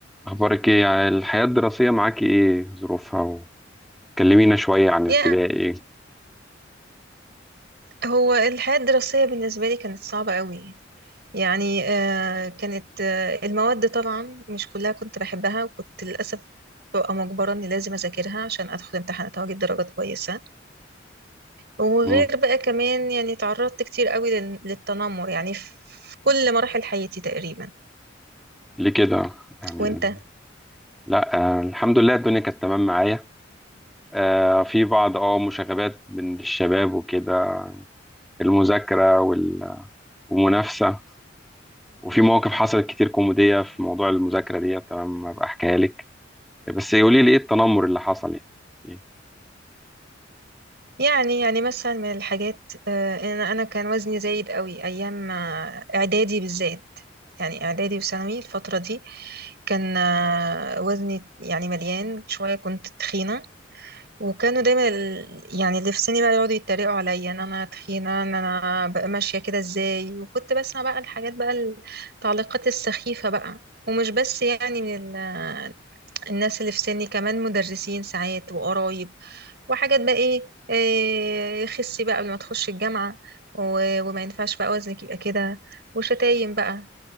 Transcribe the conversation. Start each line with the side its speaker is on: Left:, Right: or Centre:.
Centre: أخبارك إيه؟ يعني الحياة الدراسية معاكي إيه ظروفها؟ وكلمينا شوية عن ابتدائي
Right: يا هو الحياة الدراسية بالنسبة لي كانت صعبة قوي يعني آه، كانت آه، المواد طبعا مش كلها كنت بحبها وكنت للأسف ببقى مجبرة إني لازم أذاكرها عشان أدخل امتحانات وأجيب درجات كويسة وغير
Centre: مم.
Right: بقى كمان يعني تعرضت كتير قوي لل- للتنمر يعني في في كل مراحل حياتي تقريبا
Centre: ليه كده؟ يعني
Right: وأنت؟
Centre: لأ آه، الحمد لله الدنيا كانت تمام معايا آه، في بعض أه مشاغبات من الشباب وكده المذاكرة وال- والمنافسة وفي مواقف حصلت كتير كوميدية في موضوع المذاكرة دي تمام أبقى أحكيها لك بس قولي لي إيه التنمر اللي حصل يعني؟ إيه؟
Right: يعني يعني مثلا من الحاجات آه، ان انا كان وزني زايد قوي ايام آه، اعدادي بالذات يعني اعدادي وثانوي الفتره دي كان آه، وزني يعني مليان شويه كنت تخينه وكانوا دايما ال- يعني اللي في سني بقى يقعدوا يتريقوا عليا ان انا تخينه ان انا بقى ماشيه كده ازاي وكنت بسمع بقى الحاجات بقى التعليقات السخيفه بقى ومش بس يعني من ال- آه، الناس اللي في سني كمان مدرسين ساعات وقرايب وحاجات بقى ايه, إيه خسي بقى قبل ما تخش الجامعة و- وما ينفعش بقى وزنك يبقى كده وشتايم بقى